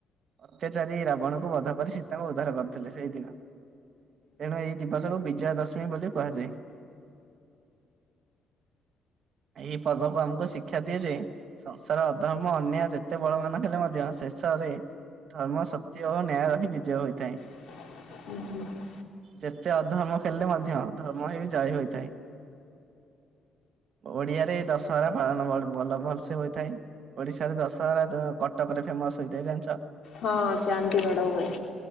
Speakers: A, on the right; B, on the left.
A: ଅତ୍ୟାଚାରୀ ରାବଣଙ୍କୁ ବଧ କରି ସୀତାଙ୍କୁ ଉଦ୍ଧାର କରି ଥିଲେ ସେଇ ଦିନ ତେଣୁ ଏଇ ଦିବସକୁ ବିଜୟା ଦଶମୀ ବୋଲି କୁହାଯାଏ। ଏଇ ପର୍ବକୁ ଆମକୁ ଶିକ୍ଷା ଦିଆଯାଏ ସଂସାର ଅଧର୍ମ ଅନ୍ୟାୟ ଯେତେ ବଳ ମାନ ହେଲେ ମଧ୍ୟ ଶେଷରେ ଧର୍ମ ସତ୍ୟ ଓ ନ୍ୟାୟ ର ହିଁ ବିଜୟ ହୋଇଥାଏ।
B: <inaudible>
A: ଯେତେ ଅଧର୍ମ କଲେ ମଧ୍ୟ, ଧର୍ମ ହେ ବି ଜୟ ହୋଇଥାଏ। ଓଡିଆରେ ଦଶହରା ପାଳନ ବ ଭଲ, ଭଲ ସେ ହୋଇଥାଏ। ଓଡିଶାରେ ଦଶହରା ତ କଟକରେ ଫେମସ ହେଇଥାଏ। ଜାଣିଛ?
B: ହଁ ଚନ୍ଦି ମେଢ଼ ହୁଏ।